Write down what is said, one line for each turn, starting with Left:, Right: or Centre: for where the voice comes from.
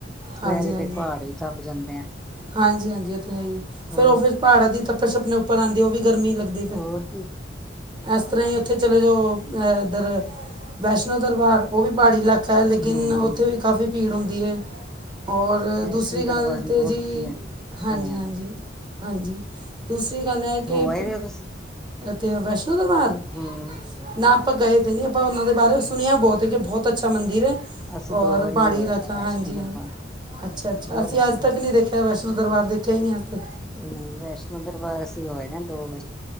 Centre: ਦੂਪਹਿਰੇ
Right: ਹਾਂਜੀ ਹਾਂਜੀ
Centre: ਦੇ ਪਹਾੜ ਹੀ ਤੱਪ ਜਾਂਦਾ
Right: ਹਾਂਜੀ ਹਾਂਜੀ ਉਹ ਤੇ ਹੈ ਹੀ ਐ,
Centre: ਹੋਰ
Right: ਫੇਰ ਉਹ ਫੇਰ ਪਹਾੜਾਂ ਦੀ ਤੱਪਛ ਉੱਪਰ ਆਉਂਦੀ ਉਹ ਵੀ ਗਰਮੀ ਲੱ ਫਿਰ
Centre: ਹੋਰ ਕੀ
Right: ਐਸ ਤਰ੍ਹਾਂ ਹੀ, ਉੱਥੇ ਚਲੇ ਜਾਔ, ਐ ਇੱਧਰ ਵੈਸ਼ਨੋ ਦਰਬਾਰ ਔ ਵੀ ਪਹਾੜੀ ਇਲਾਕਾ ਹੈ, ਲੇਕਿਨ
Centre: ਹਮ
Right: ਔਥੇ
Centre: ਹਮ
Right: ਵੀ ਕਾਫ਼ੀ ਭੀੜ ਹੁੰਦੀ ਹੈ ਔਰ
Centre: ਵੈਸ਼ਨੋ
Right: ਦੂਸਰੀ ਗੱਲ
Centre: ਦਰਬਾਰ ਵੀ
Right: ਤੇ
Centre: ਬਹੁਤ
Right: ਜੀ
Centre: ਵਧੀਆ
Right: ਹਾਂਜੀ-
Centre: ਬਣਿਆ
Right: ਹਾਂਜੀ
Centre: ਨਾ
Right: -ਹਾਂਜੀ ਦੂਸਰੀ ਗੱਲ ਹੈ ਕਿ
Centre: ਹੋ
Right: ਪ
Centre: ਆਏ ਦੇ ਹੋ ਤੁਸੀਂ
Right: ਤੇ ਵੈਸ਼ਨੋ ਦਰਬਾਰ,
Centre: ਹੂੰ।
Right: ਨਾ ਆਪਾਂ ਗਏ ਤੇ ਨੀ ਆਪਾਂ ਉਹਨਾਂ ਦੇ ਬਾਰੇ ਸੁਣਿਆ ਬਹੁਤ ਹੈ ਕਿ ਬਹੁਤ ਅੱਛਾ ਮੰਦਿਰ ਹੈ,
Centre: ਅਸੀਂ
Right: ਔਰ
Centre: ਦੋ ਵਾਰੀ
Right: ਪਹਾੜੀ
Centre: ਹੋ ਆਏ
Right: ਇਲਾਕਾ
Centre: ਆ ਵੈਸ਼ਨੋ
Right: ਹਾਂਜੀ
Centre: ਦਰਬਾਰ
Right: ਹਾਂ ਅੱਛਾ ਅੱਛਾ
Centre: ਬਹੁਤ
Right: ਅਸੀਂ
Centre: ਵਧੀਆ।
Right: ਅੱਜ ਤੱਕ ਨੀ ਦੇਖਿਆ ਵੈਸ਼ਨੋ ਦਰਬਾਰ, ਦੇਖਿਆ ਹੀ ਨ ਅੱਜ ਤੱਕ
Centre: ਨਹੀਂ ਵੈਸ਼ਨੋ ਦਰਬਾਰ ਅਸੀ ਹੋ ਆਏ ਨਾ, ਦੋ ਵਾਰੀ